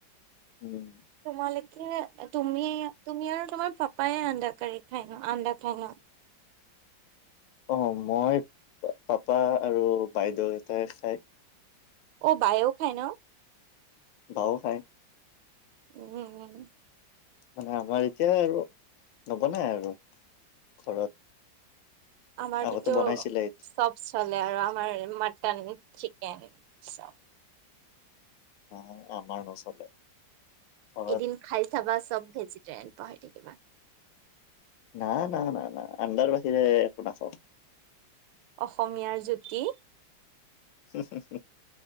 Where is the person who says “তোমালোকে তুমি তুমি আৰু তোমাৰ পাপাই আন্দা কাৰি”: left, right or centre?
Right